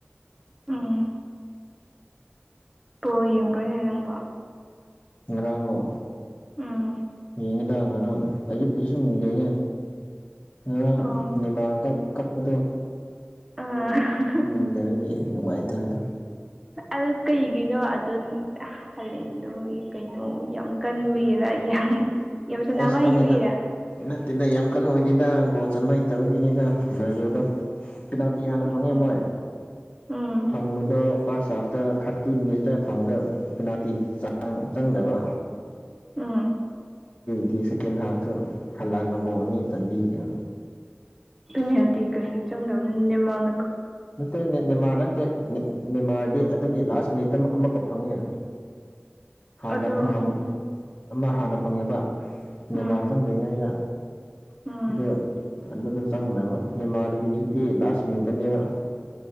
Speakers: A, in the centre; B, on the left.
A: ꯎꯝ ꯑꯣꯣ ꯌꯦꯡꯗꯣꯏꯅꯦ ꯅꯪꯕꯣ
B: ꯉꯔꯥꯡꯂꯣ
A: ꯎꯝ
B: ꯌꯦꯡꯉꯦꯗ ꯉꯔꯥꯡ ꯑꯌꯨꯛꯀꯤ ꯁꯨꯝ ꯌꯦꯡꯉꯦ ꯑ
A: ꯑꯣ
B: ꯅꯤꯃꯥꯔ ꯀꯞ ꯀꯞꯄꯗꯣ
A: ꯑꯥ
B: ꯎ ꯅꯒꯤ ꯅꯨꯡꯉꯥꯏꯇꯕꯗꯣ
A: ꯑꯗꯨ ꯀꯩꯒꯤꯅꯣ ꯑꯗꯨ ꯍꯂꯦꯟꯗꯣ ꯀꯩꯅꯣ ꯌꯥꯝ ꯀꯟꯕꯒꯤꯔ ꯑꯩ ꯌꯥꯝ ꯌꯥꯝ ꯁꯥꯟꯅꯕ
B: ꯑꯦꯁꯀꯥꯎꯅꯤꯗ
A: ꯍꯩꯕꯒꯤꯔ
B: ꯅꯠꯇꯦꯗ ꯌꯥꯝ ꯀꯟꯅ ꯑꯣꯏꯗꯦꯗ ꯒꯣꯜ ꯆꯟꯕ ꯍꯩꯇꯕꯒꯤꯅꯤꯗ ꯖꯨꯗꯣ ꯄꯦꯅꯥꯜꯇꯤ ꯍꯥꯟꯅ
A: ꯎꯝ
B: ꯐꯪꯉꯦ ꯃꯣꯏ
A: ꯎꯝ ꯎꯝ
B: ꯐꯪꯕꯗꯣ ꯐꯥꯔꯁ ꯍꯥꯥꯐ ꯇ ꯊꯥꯔꯇꯤ ꯃꯤꯅꯤꯠꯁꯇ꯭ꯋꯥꯏ ꯐꯥꯎꯕꯗ ꯄꯦꯅꯥꯜꯇꯤ ꯆꯪꯗꯕ
A: ꯎꯝ
B: ꯗꯤ ꯁꯦꯀꯦꯟ ꯍꯥꯐꯇꯣ ꯍꯜꯂꯟꯪꯒꯧꯑꯅꯤ ꯆꯟꯕꯤꯈꯤꯕ
A: ꯅꯦꯗꯤ ꯀꯩꯒꯤ ꯆꯪꯗꯕꯅ ꯅꯦꯃꯜꯅ
B: ꯅꯠꯇꯦ ꯅꯅꯤꯃꯥꯔ ꯅꯠꯇꯦ ꯅꯅꯤꯃꯥꯔꯗꯤ ꯑꯗꯨꯗꯤ ꯂꯥꯁ ꯃꯤꯅꯤꯠꯇ ꯑꯃ ꯑꯃꯨꯛꯀ ꯐꯪꯉꯦ ꯍꯥꯟꯅ
A: ꯑꯗꯣ
B: ꯐꯪꯉꯝ
A: ꯎꯝ
B: ꯑꯃ ꯍꯥꯟꯅ ꯐꯪꯉꯤꯕ ꯃꯦꯟꯃꯥꯔ
A: ꯎꯝ
B: ꯆꯪꯗ꯭ꯔꯤꯉꯩꯗ
A: ꯎꯝ
B: ꯑꯗꯨ ꯑꯗꯨꯗ ꯆꯪꯗꯕ ꯃꯦꯦꯟꯃꯥꯔꯗꯒꯤꯗꯨꯗꯤ ꯂꯥꯁ ꯃꯤꯠꯇꯅꯦꯕ